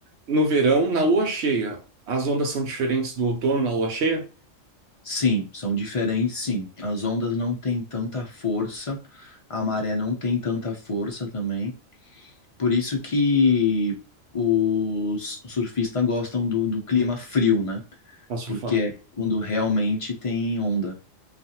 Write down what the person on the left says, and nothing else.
Sim, são diferentes, sim. As ondas não têm tanta força, a maré não tem tanta força também. Por isso que os surfistas gostam do, do clima frio, né?
porque
é quando realmente tem onda.